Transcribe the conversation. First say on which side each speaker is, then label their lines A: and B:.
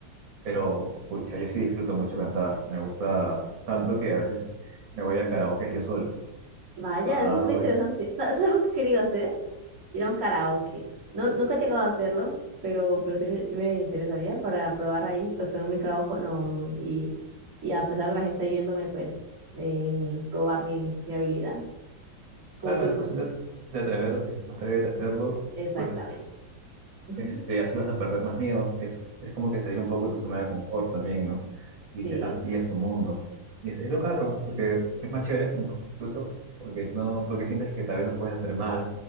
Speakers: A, on the right; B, on the right.
A: pero pucha, yo sí disfruto mucho cantar. Me gusta tanto que a veces me voy a karaoke yo solo.
B: Vaya,
A: Agarro
B: eso es muy interesante.
A: y...
B: O sea, es algo que he querido hacer ir a un karaoke. No, nunca he llegado a hacerlo, pero, pero sí, me, sí me interesaría para probar ahí, pues con un micrófono y, y a pesar de la gente ahí viéndome, pues eh, probar mi, mi habilidad, como
A: Claro,
B: tú,
A: es cuestión de, de atreverte, atrévete a hacerlo,
B: exactamente.
A: pues
B: <laughs>
A: este, así vas a perder más miedos. Es, es como que salir un poco de tu zona de confort también, ¿no?
B: Sí,
A: Y te amplías tu mundo. Y es, es lo caso, porque es más chévere incluso, porque, no, porque sientes que tal vez lo puedes hacer mal,